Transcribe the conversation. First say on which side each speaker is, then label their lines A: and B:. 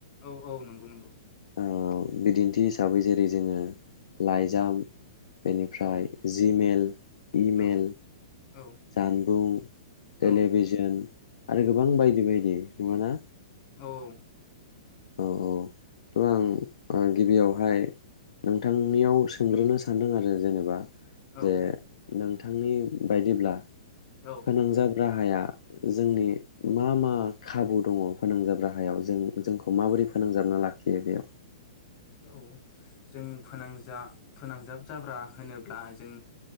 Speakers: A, on the left (about 35°); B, on the left (about 70°).
A: औ औ नंगौ नंगौ
B: ओ बिदिन्थि हिसाबै जेरै जोङो लाइजाम
A: औ
B: बेनिफ्राय
A: औ
B: जि मेल इमेल
A: औ औ
B: जानबुं, टेलिभिजन
A: औ
B: आरो गोबां बायदि बायदि नङा ना?
A: औ
B: औ औ थ' आं गिबियावहाय नोंथांनियाव सोंग्रोनो सानदों आरो जेनेबा
A: औ
B: जे नों थांनि बायदिब्ला
A: औ
B: फोनांजाब राहाया जोंनि मा मा खाबु दङ फोनांजाब राहायाव जों जोंखौ माबोरै फोनांजाबना लाखियो बेयाव?
A: औ जों फोनांजा-फोनांजाब जाब्रा होनोब्ला जों